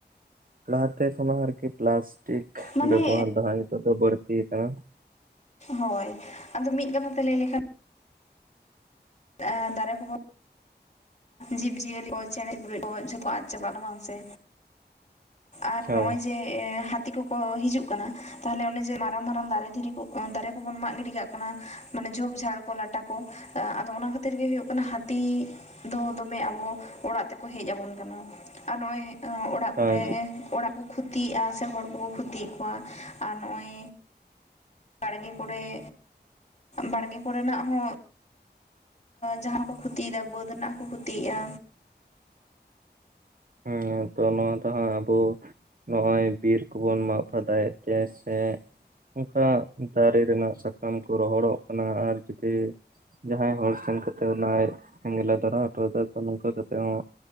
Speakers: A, on the right; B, on the left.
A: ᱞᱟᱦᱟᱛᱮ ᱠᱷᱚᱱᱟᱜ ᱟᱨᱠᱤ ᱯᱞᱟᱥᱴᱤᱠ
B: ᱢᱟᱱᱮ
A: ᱵᱮᱵᱚᱦᱟᱨ ᱫᱚ ᱦᱟᱸᱜ ᱱᱤᱛᱚᱜ ᱫᱚ ᱵᱟᱹᱲᱛᱭ ᱟᱠᱟᱱᱟ᱾
B: ᱦᱳᱭ ᱟᱫᱚ ᱢᱤᱫ ᱠᱟᱛᱷᱟ ᱛᱮ ᱞᱟᱹᱭ ᱞᱮᱠᱷᱟᱱ ᱟᱨ ᱫᱟᱨᱮ ᱠᱚ ᱵᱚ ᱡᱤᱵᱽᱼᱡᱤᱭᱟᱹᱞᱤ ᱠᱚ ᱪᱮᱬᱮ ᱪᱤᱯᱨᱩᱡ ᱠᱚ ᱡᱷᱚᱛᱚ ᱟᱫ ᱪᱟᱵᱟᱜ ᱠᱟᱱᱟ ᱵᱟᱝ ᱥᱮ᱾ ᱟᱨ
A: ᱦᱳᱭ
B: ᱱᱚᱜᱼᱚᱭ ᱡᱮ ᱦᱟᱹᱛᱤ ᱠᱚ ᱠᱚ ᱦᱤᱡᱩᱜ ᱠᱟᱱᱟ ᱛᱟᱦᱚᱞᱮ ᱚᱱᱮ ᱡᱮ ᱢᱟᱨᱟᱝ ᱢᱟᱨᱟᱝ ᱫᱟᱨᱮ ᱫᱷᱤᱨᱤ ᱠᱚ ᱫᱟᱨᱮ ᱠᱚᱵᱚᱱ ᱢᱟᱜ ᱜᱤᱰᱤ ᱠᱟᱜ ᱠᱟᱱᱟ᱾ ᱢᱟᱱᱮ ᱡᱷᱚᱯ ᱡᱷᱟᱲ ᱠᱚ ᱞᱟᱴᱟ ᱠᱚ ᱟᱫᱚ ᱚᱱᱟ ᱠᱷᱟᱹᱛᱤᱨ ᱜᱮ ᱦᱩᱭᱩᱜ ᱠᱟᱱᱟ ᱦᱟᱹᱛᱤ ᱫᱚ ᱫᱚᱢᱮ ᱟᱵᱚ ᱚᱲᱟᱜ ᱛᱮᱠᱚ ᱦᱮᱡ ᱟᱵᱚᱱ ᱠᱟᱱᱟ᱾ ᱟᱨ ᱱᱚᱜᱼᱚᱭ ᱚᱲᱟᱜ
A: ᱦᱮᱸ
B: ᱠᱚᱨᱮ ᱚᱲᱟᱜ ᱠᱚ ᱠᱷᱛᱤ ᱠᱷᱚᱛᱤᱭᱮᱜᱼᱟ ᱥᱮ ᱦᱚᱲ ᱠᱚᱠᱚ ᱠᱷᱚᱛᱤᱭᱮᱫ ᱠᱚᱣᱟ ᱟᱨ ᱱᱚᱜᱼᱚᱭ ᱵᱟᱲᱜᱮ ᱠᱚᱨᱮᱜ ᱵᱟᱲᱜᱮ ᱠᱚᱨᱮᱱᱟᱜ ᱦᱚᱸ ᱡᱟᱦᱟᱸ ᱠᱚ ᱠᱷᱚ ᱛᱤ ᱫᱟ ᱵᱟᱹᱫᱽ ᱨᱮᱱᱟᱜ ᱦᱚᱸ ᱠᱚ ᱠᱷᱚᱛᱤᱭᱜᱼᱟ᱾
A: ᱦᱮᱸ ᱛᱚ ᱱᱚᱣᱟ ᱫᱚ ᱦᱟᱸᱜ ᱟᱵᱚ ᱱᱚᱜᱼᱚᱭ ᱵᱤᱨ ᱠᱚ ᱵᱚᱱ ᱢᱟᱜ ᱯᱷᱟᱫᱟᱭᱮᱫ ᱛᱮ ᱥᱮ ᱚᱱᱠᱟ ᱫᱟᱨᱮ ᱨᱮᱱᱟᱜ ᱥᱟᱠᱟᱢ ᱠᱚ ᱨᱚᱦᱚᱲᱚᱜ ᱠᱟᱱᱟ ᱟᱨ ᱡᱩᱫᱤ ᱡᱟᱦᱟᱸᱭ ᱦᱚᱲ ᱥᱮᱱ ᱠᱟᱛ ᱛᱮ ᱚᱱᱟ ᱥᱮᱸᱜᱞᱮ ᱫᱷᱚᱨᱟ ᱦᱚᱴᱭᱟᱫᱟ ᱛᱚ ᱱᱚᱝᱠᱟ ᱠᱟᱛᱮ ᱦᱚᱸ